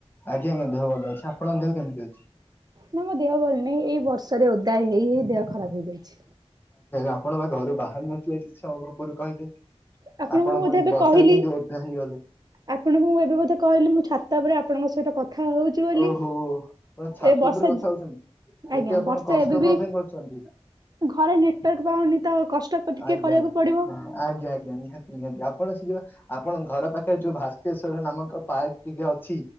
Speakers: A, on the left (about 20°); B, on the right (about 35°).
A: ଆଜ୍ଞା ଦେ ଭଲ ଅଛି ଆପଣଙ୍କ ଦେହ କେମିତି ଅଛି?
B: ନା ମୋ ଦେହ ଭଲ ନାହିଁ ଏଇ ବର୍ଷାରେ ଓଦା ହେଇ ହେଇ ଦେହ ଖରାପ ହେଇଯାଇଛି।
A: ଆପଣ ବା ଘରୁ ବାହାରାରୁ ନଥିଲେ କିଛି ସମୟ ପର୍ବରୁ କହିଲେ।
B: ଆପଣଙ୍କୁ
A: ଆପଣ
B: ମୁଁ ବୋଧେ
A: ପୁଣି
B: ଏବେ
A: ବର୍ଷା
B: କହିଲି
A: କେମିତି ଓଦା ହେଇଗଲେ?
B: ଆପଣଙ୍କୁ ମୁଁ ଏବେ ବୋଧେ କହିଲି ମୁଁ ଛାତା ଉପରେ ଆପଣଙ୍କ ସହିତ କଥା ଖା ହଉଛି ବୋଲି
A: ଓହୋ ଆପଣ ଛାତ
B: ଏ ବର୍ଷା
A: ଉପରେ କଥା ହଉଛନ୍ତି। ଏତେ
B: ଆଜ୍ଞା
A: ଆପଣ
B: ବର୍ଷେ
A: କଷ୍ଟ
B: ଏବେ ବି
A: କଣ ପାଇଁ କରୁଛନ୍ତି
B: ଘରେ ନେଟୱାର୍କ ପାଉନି ତ କଷ୍ଟ ଟିକେ
A: ଆଜ୍ଞା,
B: କରିବାକୁ ପଡିବ
A: ଆଜ୍ଞା, ଆଜ୍ଞା! ନିହାତି, ନିହାତି ଆପ୍ ଆପଣ ସି ଯିବା ଆପଣ ଘର ପାଖରେ ଯୋଉ ଭାସ୍କେଶ୍ଵର ନାମକ ପାର୍କ ଟିକେ ଅଛି